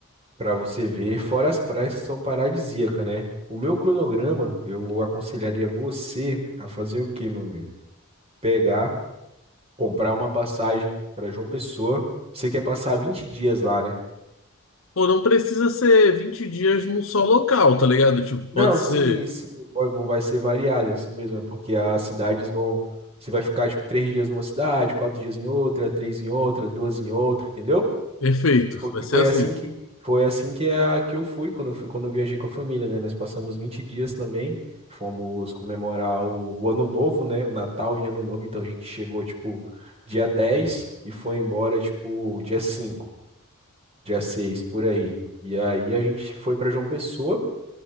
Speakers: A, on the right; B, on the left.
A: Pra você ver, fora as praias que são paradisíacas, né? O meu cronograma, eu aconselharia você a fazer o quê, meu amigo? Pegar, comprar uma passagem para João Pessoa. Você quer passar 20 dias lá, né?
B: Pô, não precisa ser 20 dias num só local, tá ligado? Tipo,
A: Não,
B: pode ser.
A: sim, sim, vai vai ser variado, é isso mesmo, é porque as cidades vão. Você vai ficar, tipo, três dias numa cidade, quatro dias em outra, três em outra, duas em outra, entendeu?
B: Perfeito,
A: porque
B: vai ser
A: foi
B: assim.
A: assim que foi assim que, é a, que eu fui quando eu fui quando eu viajei com a família, né? Nós passamos 20 dias também, fomos comemorar o, o Ano Novo, né? O Natal e Ano Novo, então a gente chegou tipo dia 10 e foi embora tipo dia cinco dia 6 por aí. E aí a gente foi para João Pessoa